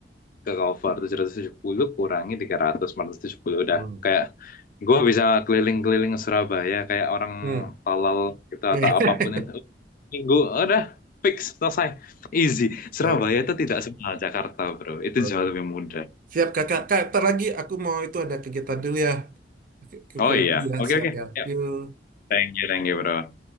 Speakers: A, on the left (about 50°); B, on the right (about 50°).
A: ke cover tujuh tujuh ratus tujuh puluh kurangi 300, 470 udah
B: hmm,
A: kayak Gue bisa keliling-keliling Surabaya kayak orang
B: hmm.
A: tolol gitu
B: <laughs>
A: atau apapun itu. Gue udah fix selesai. Easy. Surabaya
B: Oke,
A: itu tidak semahal Jakarta, bro. Itu
B: oke.
A: jauh lebih mudah.
B: Siap kakak. Kak, ntar lagi aku mau itu ada kegiatan dulu ya. Oke, ke
A: Oh
B: keluar
A: iya.
B: dulu ya,
A: Oke,
B: siap
A: oke.
B: ya.
A: Ya,
B: Yuk.
A: Thank you, thank you, bro.